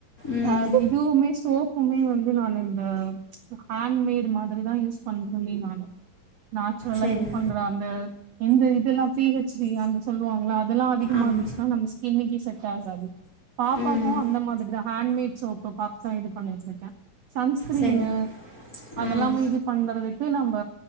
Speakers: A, on the left; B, on the right.
A: ம்.
B: அது இதுவுமே சோப் புமே வந்து நானு இந்த ஹேண்மேட் மாதிரிதா யூஸ் பண்றனே நானோ நாச்சுரல்லா
A: சரி.
B: இது பண்ற அந்த எந்த இதுலா பீ ஹச் டி அந்த சொல்லுவாங்கல்ல அது இதெல்லா அதிகமா
A: ஆமா.
B: இருந்துச்சுனா நம்ம ஸ்கின் டிஸ்ஸீஸ் செட்டாகாது பாப்
A: ம்.
B: பாப்பாக்கோ அந்த மாதிரிதா ஹேண்மேட் சோப்பு பாப்ஸா இது பண்ணி வெச்சிருக்க சன்ஸ்கிரீனு
A: சரி.
B: அதெல்லாம
A: ம்.
B: இது பண்றது பி நம்ப